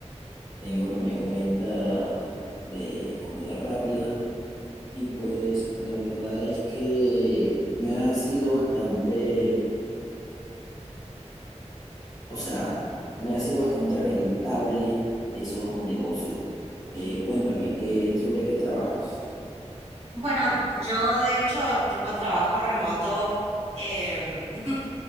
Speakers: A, on the left; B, on the right.
A: tengo también una venta de comida rápida y pues la verdad es que me ha sido bastante, o sea, me ha sido bastante rentable esos negocios. Eh, cuéntame, ¿qué, sobre qué trabajas?
B: Bueno, yo de hecho tengo trabajo remoto. em, <laughs>